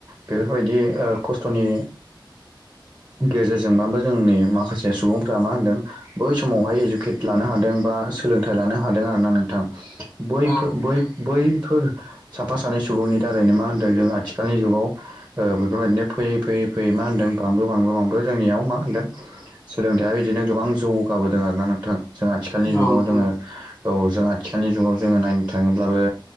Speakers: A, on the right; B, on the left.
A: बेफोरबायदि ओ खस्थ'नि गेजेरजोंबाबो जोंनि माखासे सुबुंफोरा मा होनदों बै समावहाय इडुकेट लानो हादों बा सोलोंथाइ लानो हादों आरोना नोंथां। बैफो
B: औ नोंथां
A: बै बैफोर साफा सानै सुबुंनि दारैनो मा होनदों जों आथिखालनि जुगाव ओ बेफोरबायदिनो फैयै फैयै फैयै मा होनदों बांबो बांबो बांबो जोंनियाव मा सदों सोलोंथाइया बिदिनो गोबां जौगाबोदों आरोना नोंथां। जों आथिखालनि
B: औ
A: जुगाव
B: नोंथां
A: जोङो औ जों आथिखालनि जुगाव जोङो नायनो थाङोब्लाबो